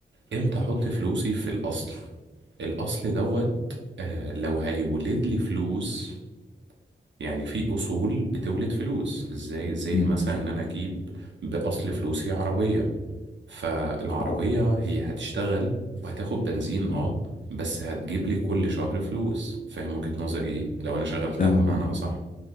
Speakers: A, on the right; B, on the left.
A: امتى احط فلوسي في الأصل الأصل دوت آه، لو هيولد لي فلوس يعني في أصول بتولد فلوس ازاي زي
B: امم
A: مثلا إن أنا أجيب بأصل فلوسي عربية فالعربية
B: اه
A: هي هتشتغل وهتاخد بنزين
B: مم.
A: اه بس هتجيب لي كل شهر فلوس فاهم وجهة نظري ايه لو أنا شغلتها
B: تمام
A: بمعنى
B: وجهة نظر
A: أصح